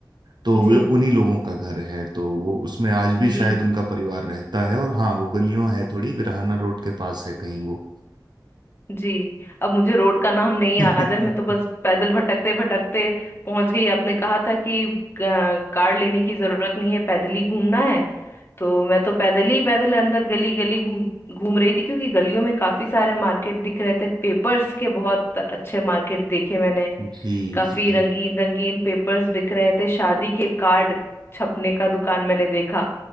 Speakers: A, on the right; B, on the left.
A: तो
B: जी
A: वे उन्हीं लोगों का घर है तो वो उसमें आज भी
B: जी
A: शायद उनका परिवार रहता है और हाँ वो गलियों है थोड़ी बिरहाना रोड के पास है कहीं वो
B: जी अब मुझे रोड का नाम नहीं
A: <laughs>
B: याद है मैं तो बस पैदल भटकते भटकते पहुंच गई आपने कहा था कि अ, कार लेने की जरूरत नहीं है पैदल ही घूमना है तो मैं तो पैदल ही पैदल अंदर गली गली घूम घूम रही थी क्योंकि गलियों में काफी सारे मार्केट दिख रहे थे पेपर्स के बहुत अच्छे मार्केट देखे मैंने
A: जी
B: काफी
A: जी
B: रंगीन रंगीन पेपर्स बिक रहे थे शादी के कार्ड छपने का दुकान मैंने देखा